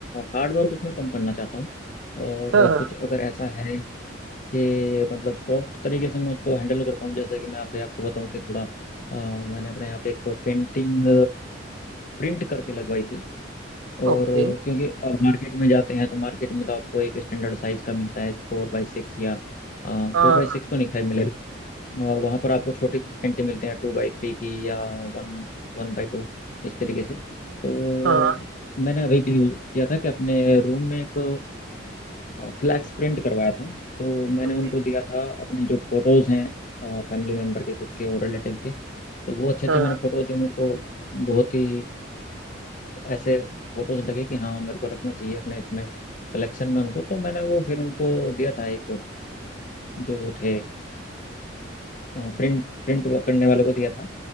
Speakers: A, on the left; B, on the right.
A: हार्ड वर्क उसमें कम करना चाहता हूँ और
B: हाँ हाँ
A: कुछ अगर ऐसा है कि मतलब सॉफ्ट तरीके से मैं उसको हैंडल कर पाऊँ जैसे कि मैं आप आपको बताऊँ कि थोड़ा अ, मैंने अपने यहाँ पे एक पेंटिंग प्रिंट करके लगवाई थी और
B: ओके
A: क्योंकि आप मार्केट में जाते हैं तो मार्केट में तो आपको एक स्टैंडर्ड साइज का मिलता है फोर बाई सिक्स या फोर
B: हाँ
A: बाई सिक्स तो नहीं खैर मिलेगा वहां पर आपको छोटी पेंटिंग मिलते हैं टू बाई थ्री की या वन वन बाई टू इस तरीके से तो
B: हाँ
A: मैंने अभी क्या किया था कि अपने रूम में एक फ्लैक्स प्रिंट करवाया था तो मैंने
B: ओके
A: उनको दिया था अपने जो फोटोज हैं फैमिली मेम्बर के कुछ के और रिलेटिव के तो वो अच्छे अच्छे
B: हाँ okay,
A: मैंने
B: हाँ,
A: फोटो जो मुझको बहुत ही ऐसे फोटोज लगे कि हाँ मेरे को रखना चाहिए अपने इसमें कलेक्शन में उनको तो मैंने वो फिर उनको दिया था एक जो वो थे प्रिंट प्रिंट करने वाले को दिया था